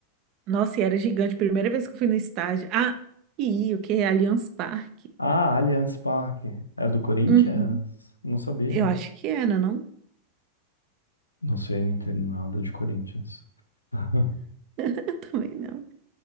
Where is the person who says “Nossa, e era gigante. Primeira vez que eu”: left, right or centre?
Right